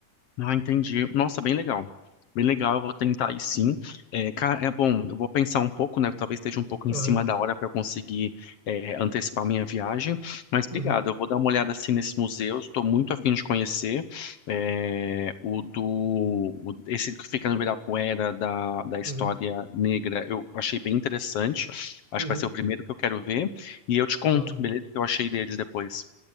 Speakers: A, on the left; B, on the right.
A: Ah, entendi. Nossa, bem legal. Bem legal, eu vou tentar aí sim. É, ca- é bom, eu vou pensar um pouco, né? Talvez esteja um pouco
B: Aham,
A: em cima da hora para eu conseguir é, antecipar minha viagem. Mas obrigado,
B: uhum,
A: eu vou dar uma olhada assim nesses museus. Estou muito afim de conhecer é, o do o- esse que fica no Ibirapuera da, da história
B: uhum,
A: negra. Eu achei bem interessante. Acho
B: uhum,
A: que vai ser o primeiro que eu quero ver. E eu te conto,
B: claro.
A: beleza? O que eu achei deles depois.